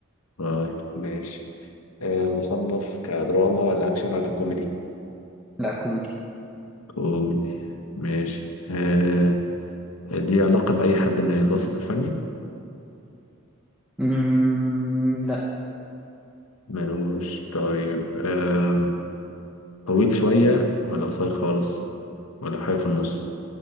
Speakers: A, on the left; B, in the centre.
A: طيب ماشي آه مصنف كدراما ولا أكشن ولا كوميدي
B: لا كوميدي
A: كوميدي ماشي آه ليه علاقة بأي حد من الوسط الفني
B: مم، لا
A: ملوش طيب آه طويل شوية ولا قصير خالص ولا حاجة في النص